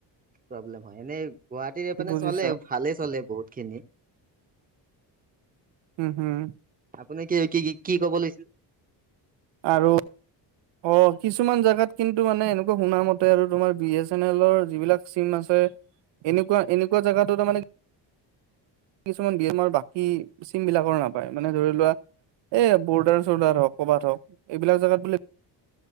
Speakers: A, on the right; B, on the right.
A: প্ৰব্লেম হয় এনে গুৱাহাটীত মানে
B: বুজিছো
A: চলে ভালেই চলে বহুত খিনি
B: উম হুম
A: আপুনি কি কি কি কি ক'ব লাগিছিলে
B: আৰু অ কিছুমান জোগাত কিন্তু মানে এনেকুৱা শুনা মতে আৰু তোমাৰ বি এছ এন এলৰ যিবিলাক চিম আছে এনেকুৱা এনেকুৱা জোগাতো তাৰ মানে কিছুমান বয়াম আৰু বাকী চিম বিলাকৰ নাপায় মানে ধৰি লোৱা এ বৰ্ডাৰ চৰ্দাৰ হওক কবাত হওক এইবিলাক জাগাত বুলি